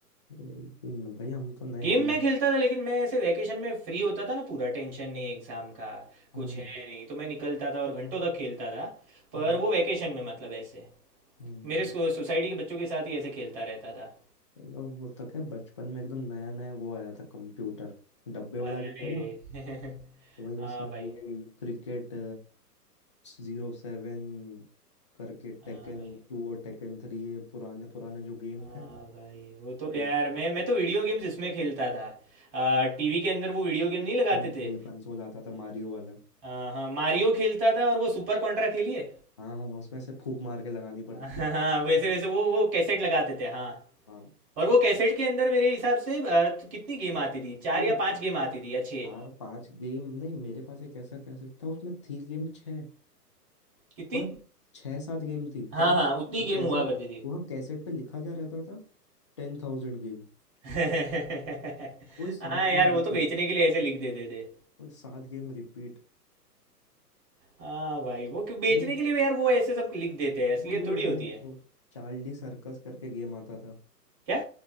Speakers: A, on the left (about 20°); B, on the right (about 30°).
A: भाई भाई हम तो नए
B: गेम
A: गेम
B: मैं खेलता था लेकिन मैं ऐसे वैकेशन में फ्री होता था ना पूरा टेंशन नहीं एग्ज़ाम का कुछ
A: हम्म
B: है नहीं तो मैं निकलता था और घंटों तक खेलता था पर
A: हम्म
B: वो वैकेशन में मतलब ऐसे
A: हम्म।
B: मेरे स्कू- सोसाइटी के बच्चों के साथ ही ऐसे खेलता रहता था
A: और वो तो क्या बचपन में एकदम नया नया वो आया था कंप्यूटर डब्बे वाला
B: अरे
A: जो था ना
B: <laughs>
A: तो भाई
B: हाँ
A: उसमें
B: भाई
A: वो क्रिकेट जीरो सेवन करके
B: हाँ
A: टेकन
B: भाई
A: टू और टेकन थ्री ये पुराने पुराने जो गेम
B: हाँ
A: थे वो
B: भाई वो तो
A: खेलते
B: यार मैं मैं तो वीडियो गेम्स इसमें खेलता था टीवी के अंदर वो वीडियो गेम नहीं लगाते
A: कंसोल
B: थे
A: कंसोल आता था मारियो वाला
B: हाँ हाँ मारियो खेलता था और वो सुपर कॉन्ट्रा खेलिए
A: हाँ हाँ उसमें से फूक मार के लगानी पड़ती
B: हाँ
A: थी
B: हाँ, वैसे
A: <laughs>
B: वैसे वो वो कैसेट लगाते थे हाँ
A: हाँ
B: और वो कैसेट के अंदर मेरे हिसाब से अ, तो कितनी गेम आती थी चार
A: भाई
B: या पांच गेम आती थी अच्छे
A: चार पांच गेम नहीं मेरे पास एक ऐसा कैसेट था उसमें थी गेम छः
B: कितनी
A: पर छः सात गेम थी
B: हाँ
A: पर वो
B: हाँ उतनी
A: कैसेट
B: गेम हुआ करती थी
A: वो कैसेट पे लिखा क्या रहता था टेन थाउजेंड गेम
B: <laughs> हाँ
A: वो सात
B: यार
A: गेम
B: वो
A: रिपीट
B: तो बेचने के लिए ऐसे लिख देते थे
A: वो सात गेम रिपीट
B: हाँ भाई वो क्यों- बेचने
A: भाई
B: के लिए भी यार वो ऐसे सब लिख देते हैं
A: हाँ
B: इसलिए
A: भाई
B: थोड़ी
A: उसमें
B: होती
A: एक
B: है
A: वो चार्ली सर्कस करके गेम आता था
B: क्या